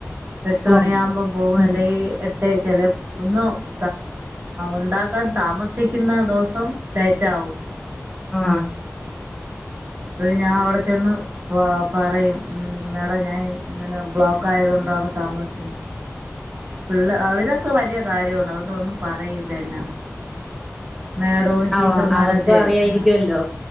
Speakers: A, on the right (about 40°); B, in the centre.
A: എട്ട്
B: ഓഹ്
A: മണിയാകുമ്പം പോകും
B: ഉം
A: അല്ലെങ്കി എ ചില ഒന്നും ഉണ്ടാക്കാൻ താമസിക്കുന്ന ദിവസം ലേറ്റാകും. ഉം
B: ആ
A: അപ്പഴ് ഞാൻ അവിടെ ചെന്ന് പ പറയും ഉം. മേഡം ഞാൻ ഇങ്ങനെ ബ്ലോക്ക് ആയത് കൊണ്ടാണ് താമസിച്ചേ. പിള്ള അവരൊക്കെ വലിയ കാര്യമാണ് അതോണ്ടും ഒന്നും പറയുല്ല എന്നെ. മേഡവും ടീച്ചർമാരൊക്കെ
B: അവ അവർക്കും അറിയായിരിക്കുവല്ലോ.
A: ആ